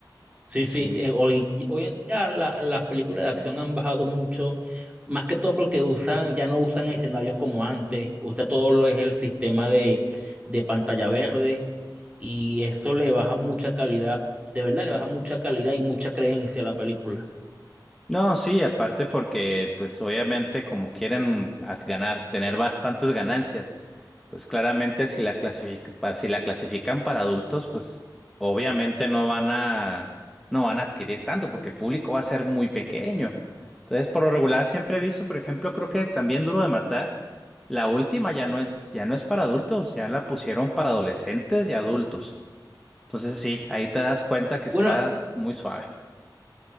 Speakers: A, on the right; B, in the centre.
A: Sí,
B: Sí.
A: sí, eh, hoy, hoy en día la- las películas de acción han bajado mucho, más que todo porque usan, ya no usan escenarios como antes, usa todo lo es el sistema de, de pantalla verde y eso le baja mucha calidad, de verdad le baja mucha calidad y mucha creencia a la película.
B: No, sí, aparte porque pues obviamente como quieren a- ganar, tener bastantes ganancias, pues claramente si la clasific- para- si la clasifican para adultos, pues obviamente no van a no van a adquirir tanto porque el público va a ser muy pequeño. Entonces, por lo regular siempre he visto, por ejemplo, creo que también Duro de Matar, la última ya no es ya no es para adultos, ya la pusieron para adolescentes y adultos. Entonces, sí, ahí te das cuenta que está
A: Bueno,
B: muy suave.